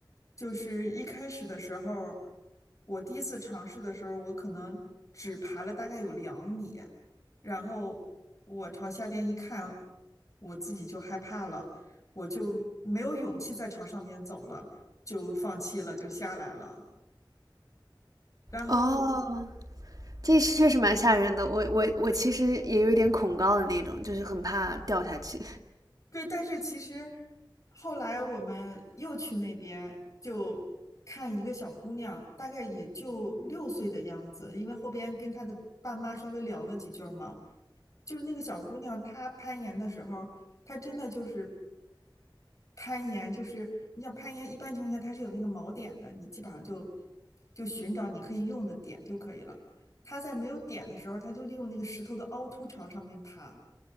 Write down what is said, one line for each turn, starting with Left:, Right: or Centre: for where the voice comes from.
Left: 就是一开始的时候，我第一次尝试的时候，我可能只爬了大概有两米，然后我朝下边一看，我自己就害怕了，我就没有勇气再朝上面走了。就放弃了，就下来了。然后
Right: 哦，这是确实蛮吓人的。我我我其实也有一点恐高的那种，就是很怕掉下去。
Left: 对，但是其实后来我们又去那边就看一个小姑娘，大概也就六岁的样子，因为后边跟她的爸妈稍微聊了几句儿嘛，就是那个小姑娘她攀岩的时候，她真的就是攀岩，就是你想攀岩，一般情况下它是有那个锚点的，你基本上就就寻找你可以用的点就可以了。她在没有点的时候，她就利用那个石头的凹凸朝上面爬。